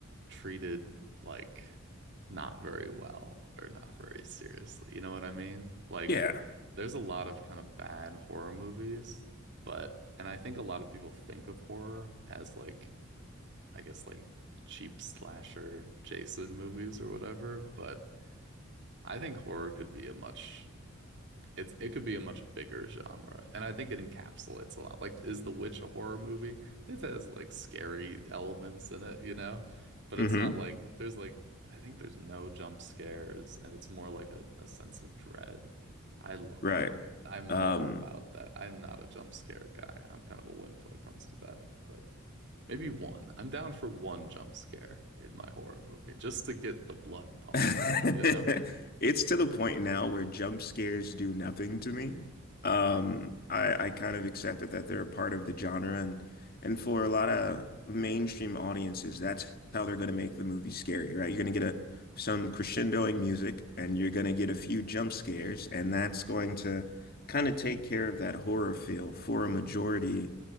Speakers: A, on the right; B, on the left.
A: treated like not very well or not very seriously. You know what I mean? Like
B: Yeah.
A: there's a lot of kind of bad horror movies, but and I think a lot of people think of horror as like I guess like cheap slasher Jason movies or whatever, but I think horror could be a much it's it could be a much bigger genre. And I think it encapsulates a lot. Like is The Witch a horror movie? It has like scary elements in it, you know? But
B: hmm
A: it's not like there's like I think there's no jump scares and it's more like a, a sense of dread. I love
B: Right.
A: that. I'm
B: Um,
A: all about that. I'm not a jump scare guy. I'm kind of a wimp when it comes to that, but Maybe one. I'm down for one jump scare in my horror movie just to get the blood pumping,
B: <laughs>
A: you know?
B: It's to the point now where jump scares do nothing to me. Um, I I kind of accepted that they're a part of the genre, and and for a lot of mainstream audiences, that's how they're going to make the movie scary, right? You're going to get a some crescendoing music, and you're going to get a few jump scares, and that's going to kind of take care of that horror feel for a majority